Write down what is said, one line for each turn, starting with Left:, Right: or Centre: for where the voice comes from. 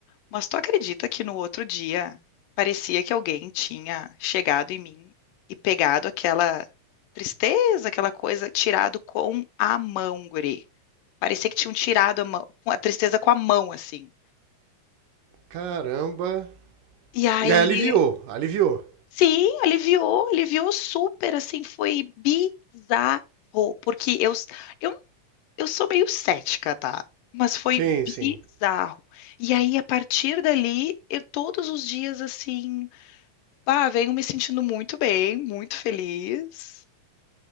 Left: Mas tu acredita que no outro dia parecia que alguém tinha chegado em mim e pegado aquela tristeza, aquela coisa, tirado com a mão, guri. Parecia que tinham tirado a mão, a tristeza com a mão, assim.
Right: Caramba.
Left: E aí,
Right: E aí aliviou, aliviou.
Left: sim, aliviou, aliviou super, assim, foi bizarro, porque eu, eu Eu sou meio cética, tá? Mas foi
Right: Sim, sim.
Left: bizarro. E aí, a partir dali, eu todos os dias assim, pá, venho me sentindo muito bem, muito feliz.